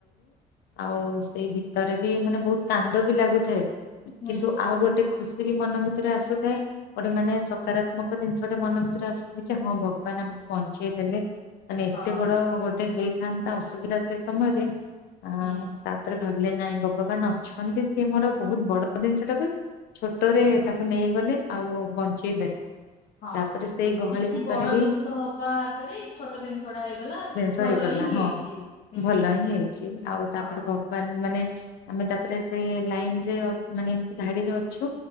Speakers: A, on the left; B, on the left.
A: ଆଉ ସେଇ ଭିତରେ ବି ମାନେ ବହୁତ୍ କାନ୍ଦ ବି ଲାଗୁଥାଏ।
B: ହୁଁ
A: କିନ୍ତୁ ଆଉ ଗୋଟେ ଖୁସି ବି ମନ ଭିତରେ ଆସୁଥାଏ। ଗୋଟେ ମାନେ ସକାରାତ୍ମକ ଜିନିଷଟେ ମନ ଭିତରେ ଆସିଥାଏ, ଯେ ହଁ ଭଗବାନ୍ ଆମକୁ ବଞ୍ଚେଇ ଦେଲେ। ମାନେ ଏତେ
B: ହଁ
A: ବଡ ଗୋଟେ ହେଇଥାନ୍ତା ଅସୁବିଧା ସେ ସମୟରେ ଆଁ
B: ହୁଁ
A: ତା ପରେ ଭାବିଲେ ନାଇଁ ଭଗବାନ୍ ଅଛନ୍ତି, ସିଏ ମୋର ବହୁତ୍ ବଡ ଜିନିଷଟା ଟାକୁ ଛୋଟରେ ତାକୁ ନେଇଗଲେ, ଆଉ ବଞ୍ଚେଇ ଦେଲେ।
B: ହଁ
A: ତାପରେ ସେଇ ଗହଳି
B: କିଛି
A: ଭିତରେ
B: ବଡ
A: ବି
B: ଜିନିଷ ହବା ଆଗରେ ଛୋଟ ଜିନିଷ ଟା ହେଇଗଲା।
A: ତ
B: ଭଲ
A: ହେଇଗଲା
B: ହିଁ
A: ହଁ
B: ହେଇଛି ହୁଁ
A: ଭଲ ହିଁ ହେଇଚି, ଆଉ ତାପରେ
B: ହଁ
A: ଭଗ ବାନ୍ ମାନେ ଆମେ ତାପରେ ସେ ଲାଇନ୍ ରେ ଅ ମାନେ ଏମ୍ତି ଧାଡିରେ ଅଛୁ